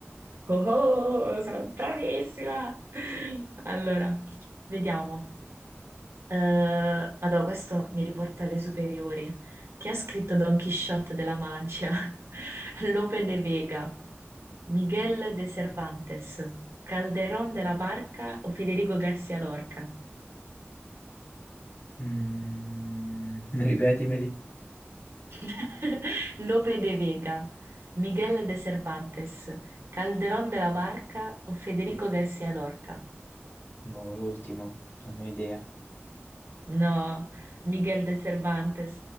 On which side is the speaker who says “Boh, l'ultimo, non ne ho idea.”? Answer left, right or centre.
Left